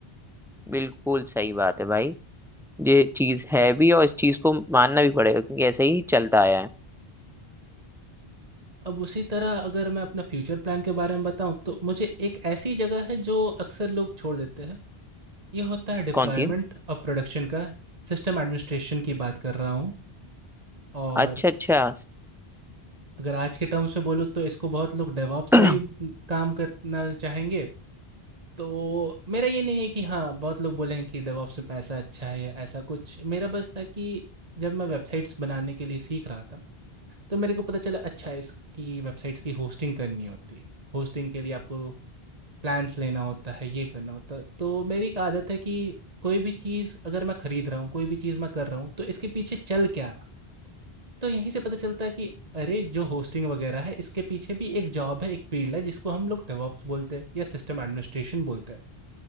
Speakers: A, in the centre; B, on the right (about 40°).
A: बिल्कुल सही बात है भाई ये चीज है भी और इस चीज को मानना भी पड़ेगा क्योंकि ऐसे ही चलता आया है
B: अब उसी तरह अगर मैं अपना फ्यूचर प्लान के बारे में बताऊं तो मुझे एक ऐसी जगह है जो अक्सर लोग छोड़ देते हैं ये होता है डिप्लॉयमेंट
A: कौन सी
B: और प्रोडक्शन का सिस्टम एडमिनिस्ट्रेशन की बात कर रहा हूँ और
A: अच्छा अच्छा
B: अगर आज के टर्म्स में बोलूँ तो इसको बहुत लोग डेवॉप्स
A: <coughs>
B: में भी काम करना चाहेंगे तो मेरा ये नहीं है कि हाँ बहुत लोग बोलेंगे कि डेवॉप्स में पैसा अच्छा है या ऐसा कुछ मेरा बस था कि जब मैं वेबसाइट्स बनाने के लिए सीख रहा था तो मेरे को पता चला अच्छा इसकी वेबसाइट्स की होस्टिंग करनी होती है होस्टिंग के लिए आपको प्लान्स लेना होता है, ये करना होता है। तो मेरी एक आदत है कि कोई भी चीज़ अगर मैं खरीद रहा हूँ, कोई भी चीज़ मैं कर रहा हूँ, तो इसके पीछे चल क्या रहा? तो यहीं से पता चलता है कि अरे जो होस्टिंग वगैरह है, इसके पीछे भी एक जॉब है, एक फील्ड है जिसको हम लोग डेवऑप्स बोलते हैं या सिस्टम एडमिनिस्ट्रेशन बोलते हैं।